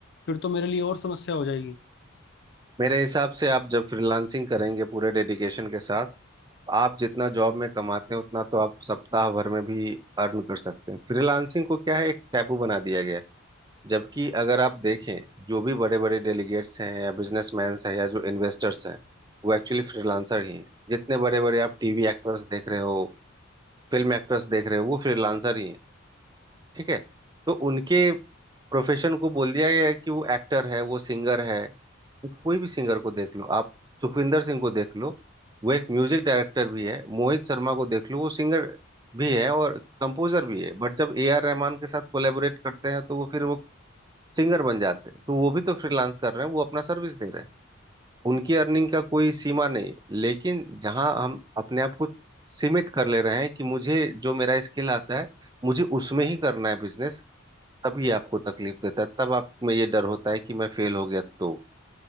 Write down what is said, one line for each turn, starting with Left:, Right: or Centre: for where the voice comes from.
Left: फिर तो मेरे लिए और समस्या हो जाएगी
Right: मेरे हिसाब से आप जब फ्रीलांसिंग करेंगे पूरे डेडिकेशन के साथ आप जितना जॉब में कमाते हैं उतना तो आप सप्ताह भर में भी अर्न कर सकते हैं फ्रीलांसिंग को क्या है एक टैबू बना दिया गया है जबकि अगर आप देखें जो भी बड़े बड़े डेलीगेट्स हैं या बिजनेसमैन हैं या जो इन्वेस्टर्स हैं वो एक्चुअली फ्रीलांसर ही हैं जितने बड़े बड़े आप टीवी एक्टर्स देख रहे हो फिल्म एक्टर्स देख रहे हो वो फ्रीलांसर ही हैं ठीक है तो उनके प्रोफेशन को बोल दिया गया है कि वो एक्टर है वो सिंगर है कोई भी सिंगर को देख लो आप सुखविंदर सिंह को देख लो वो एक म्यूजिक डायरेक्टर भी है मोहित शर्मा को देख लो वो सिंगर भी है और कंपोजर भी है बट जब ए आर रहमान के साथ कोलेबोरेट करते हैं तो वो फिर वो सिंगर बन जाते हैं तो वो भी तो फ्रीलांस कर रहे हैं वो अपना सर्विस दे रहे हैं उनकी अर्निंग का कोई सीमा नहीं लेकिन जहां हम अपने आप को सीमित कर ले रहे हैं कि मुझे जो मेरा स्किल आता है मुझे उसमें ही करना है बिजनेस तभी आपको तकलीफ देता है तब आप में ये डर होता है कि मैं फेल हो गया तो